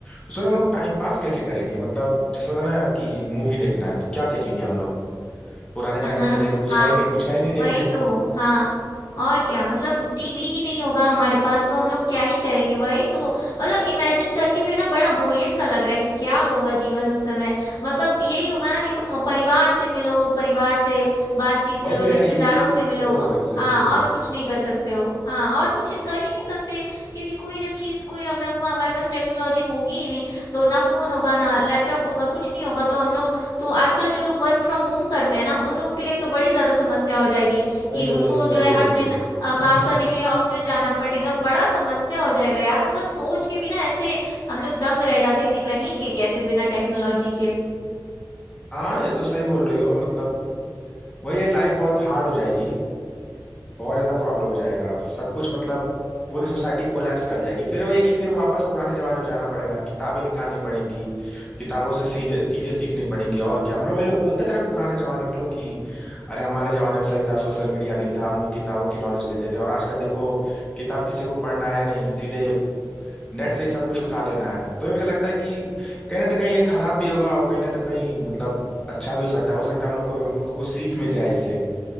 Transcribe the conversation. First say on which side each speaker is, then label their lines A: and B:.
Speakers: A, on the left; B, on the left.
A: तो सर हम लोग टाइम पास कैसे करेंगे मतलब जैसे होता है ना कि मूवी देखना है तो क्या देखेंगे हम लोग पुराने टाइम
B: <laughs>
A: में चलेंगे कुछ
B: हाँ
A: है ही नहीं कुछ है ही नहीं देखने
B: वही
A: को
B: तो हाँ और क्या मतलब टीवी ही नहीं होगा हमारे पास तो हम लोग क्या ही करेंगे वही तो मतलब इमेजिन करके भी ना बड़ा बोरियत सा लग रहा है कि क्या होगा जीवन उस समय मतलब यही होगा ना कि तुम परिवार से मिलो परिवार से बातचीत
A: वही
B: करो
A: है
B: रिश्तेदारों
A: यही सही
B: से मिलो
A: बोल रही हो सही
B: हाँ
A: बोल रही
B: और
A: हो
B: कुछ नहीं कर सकते हो हाँ और कुछ कर ही नहीं सकते क्योंकि कोई जब चीज कोई हम ना हमारे पास टेक्नोलॉजी होगी ही नहीं तो ना फोन होगा ना लैपटॉप होगा कुछ नहीं होगा तो हम लोग तो आजकल जो लोग वर्क फ्रॉम होम करते हैं ना उन लोगों के लिए तो बड़ी ज्यादा समस्या हो जाएगी
A: वही
B: कि उनको
A: वही सही
B: जो है
A: बोल
B: हर
A: रही
B: दिन
A: हो
B: अ,
A: <laughs>
B: काम करने के लिए ऑफिस जाना पड़ेगा बड़ा समस्या हो जाएगा यार मतलब सोच के भी ना ऐसे हम लोग दंग रह जाते हैं कि रहेंगे कैसे बिना टेक्नोलॉजी के
A: हाँ ये तो सही बोल रही हो मतलब वही है लाइफ बहुत हार्ड हो जाएगी बहुत ज्यादा प्रॉब्लम हो जाएगा सब कुछ मतलब पूरी सोसाइटी कोलैप्स कर जाएगी फिर वो एक ही फिर वापस पुराने जमाने में जाना पड़ेगा किताबें निकालनी पड़ेंगी किताबों से चीजें चीजें सीखनी पड़ेंगी और क्या मतलब वही लोग बोलते थे ना पुराने जमाने के लोग कि अरे हमारे जमाने में सही था सोशल मीडिया नहीं था हम लोग किताबों की नॉलेज लेते थे और आजकल देखो किताब किसी को पढ़ना है नहीं सीधे नेट से ही सब कुछ उठा लेना है तो ये मुझे लगता है कि कहीं ना तो कहीं ये खराब भी होगा और कहीं ना तो कहीं मतलब अच्छा भी हो सकता है हो सकता है हम लोग को हम लोग को कुछ सीख मिल जाए इससे